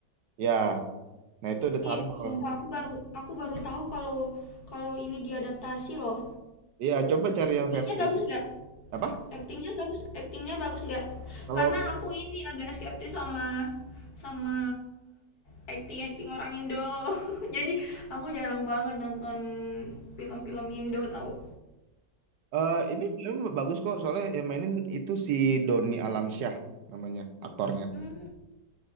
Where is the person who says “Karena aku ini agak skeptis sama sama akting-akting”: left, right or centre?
Left